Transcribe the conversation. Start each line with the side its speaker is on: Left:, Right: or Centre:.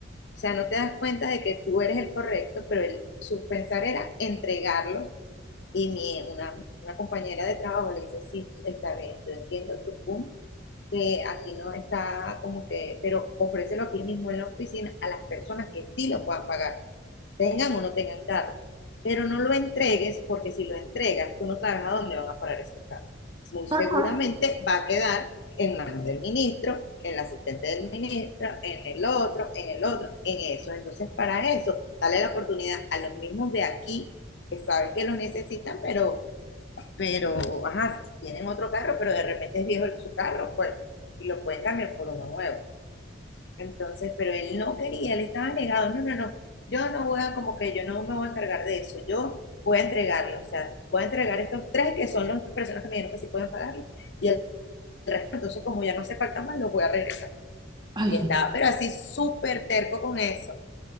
Left: o sea, no te das cuenta de que tú eres el correcto, pero él, su pensar era entregarlos y mi, una, una compañera de trabajo le dice, sí, está bien, yo entiendo tu punto, que aquí no está como que, pero ofrécelo aquí mismo en la oficina a las personas que sí lo puedan pagar tengan o no tengan carro. Pero no lo entregues porque si lo entregas, tú no sabes a dónde van a parar esos carros. Muy
Right: Tal
Left: seguramente
Right: cual.
Left: va a quedar en manos del ministro, en el asistente del ministro, en el otro, en el otro, en eso. Entonces, para eso, dale la oportunidad a los mismos de aquí que saben que los necesitan, pero, pero, ajá, si tienen otro carro, pero de repente es viejo su carro, pues, y lo pueden cambiar por uno nuevo. Entonces, pero él no quería, él estaba negado, no, no, no, yo no voy a, como que yo no me voy a encargar de eso, yo voy a entregarlo, o sea, voy a entregar estos tres que son las personas que me dijeron que sí pueden pagarlo, y el resto, entonces como ya no se falta más, los voy a regresar.
Right: Ay,
Left: Y estaba, pero así súper terco con eso.